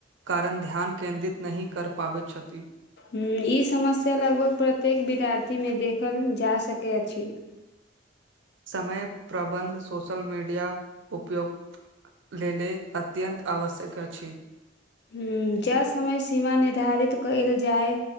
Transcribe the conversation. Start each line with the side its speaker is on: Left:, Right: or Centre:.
Right: कारण ध्यान केंन्द्रित नहि कर पाबैत छथि
Left: ह ई समस्या लगभग प्रत्येक विद्यार्थीमे देखल जा सकैत अछि <inaudible>
Right: समय प्रबन्ध सोशल मीडिया उपयोक लेले अत्यन्त आवश्यक अछि
Left: हू जँ समय सीमा निर्धारित कयल जाय